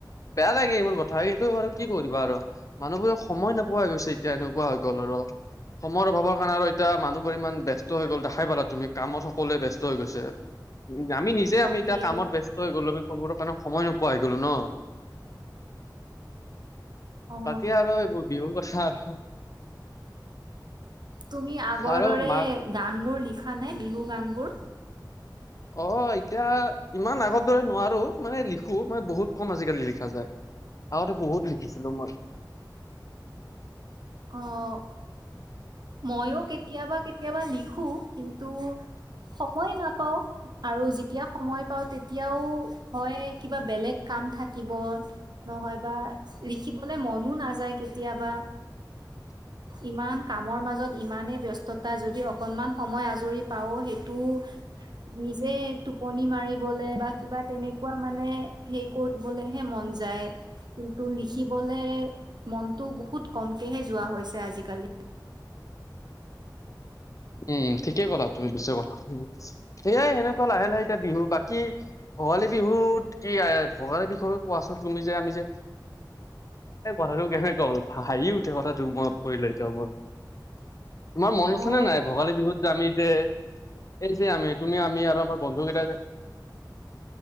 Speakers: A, on the left; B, on the right.
A: বেয়া লাগে এইবোৰ কথা কিন্তু বাৰু কি কৰিবা আৰু মানুহবোৰক সময় নোপোৱা কৈছে এতিয়া এনেকুৱা হৈ গ'ল আৰু সময়ৰ অভাৱৰ কাৰণে আৰু এতিয়া মানুহবোৰ ইমান ব্যস্ত হৈ গ'ল দেখাই পালা তুমি কামত সকলোৱে ব্যস্ত হৈ গৈছে উ আমি নিজে
B: তাকেই
A: আমি এতিয়া কামত ব্যস্ত হৈ গ'লো স খবৰ কাৰণে। সময় নোপোৱা হৈ গ'লো ন।
B: অ
A: বাকী আৰু এইবোৰ বিহুৰ কথা আৰু
B: তুমি আগৰ
A: আৰু
B: দৰে
A: মাক
B: গান বোৰ লিখা নে বিহু গান বোৰ।
A: অ এতিয়া ইমান আগৰ দৰে নোৱাৰো মানে লিখো মানে বহুত কম আজিকালি লিখা যায়। আৰুতো বহুত লিখিছিলো মই।
B: আহ মইও কেতিয়াবা কেতিয়াবা লিখো কিন্তু সময় নাপাও আৰু যেতিয়া সময় পাওঁ তেতিয়াও হয় কিবা বেলেগ কাম <unintelligible> নাম থাকিব নহয়বা লিখিবলে মনো নাযায় কেতিয়াবা।
A: <inaudible>
B: ইমান কামৰ মাজত ইমানেই ব্যস্ততা যদি অকনমান সময় আজৰি পাও সেইটো। নিজে টোপনি মাৰিবলে বা কিবা তেনেকুৱা মানে হে কৰিবলেহে মন যায়। কিন্তু লিখিবলে মনটো বহুত কম তেহে যোৱা হৈছে আজিকালি
A: উম ঠিকে ক'লা তুমি বিশ্ব কথা শু সেইয়াই সেনেকুৱা লাহে লাহে এতিয়া বিহু বাকী <unintelligible> ভোগালী বিহুত কি ভোগালী বিষয়ে কোৱাচোন তুমি যে আমি যে এই কথাটো কেনেকৈ হ'ল হাঁহি উঠে কথাটো মনত পৰিলে এতিয়াও মোৰ তোমাৰ মন আছেনে
B: অ
A: নাই ভোগালী বিহুত যে আামি যে এই যে আমি তুমি আমি আৰু আমাৰ বন্ধুকেইটাই যে <inaudible>